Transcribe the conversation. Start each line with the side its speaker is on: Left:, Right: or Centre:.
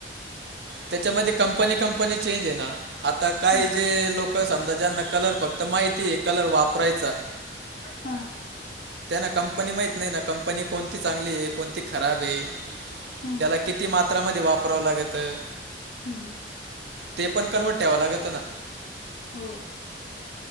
Right: त्याच्यामध्ये कंपनी-कंपनी चेंज आहे ना आता काही
Left: हां
Right: जे लोकं समजा ज्यांना कलर फक्त माहिती आहे कलर वापरायचा.
Left: हा.
Right: त्यांना कंपनी माहित नाही ना, कंपनी कोणती चांगली आहे कोणती खराब ये.
Left: हं
Right: त्याला किती मात्रामध्ये वापरावं लागतं?
Left: हम्म.
Right: ते पण, कनव्हट ठेवा लागतं ना.
Left: होय.